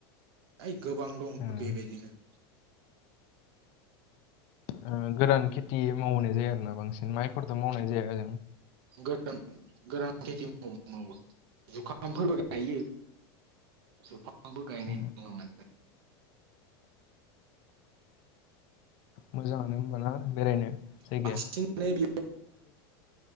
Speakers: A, on the right; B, on the left.
A: ओइ गोबां दं
B: उम
A: बेबायदिनो।
B: ओ गोरान खेथि मावनाय जाया आरोना बांसिन माइफोरथ' मावनाय जाया ओजों?
A: गोरान गोरान खेथि मावो मावो जुखामफोरबो गाइयो। जुखामबो गायनाय
B: अ,
A: नु <inaudible>
B: मोजाङानो होमबा ना बेरायनो?
A: <inaudible>
B: जायगाया
A: नै <inaudible>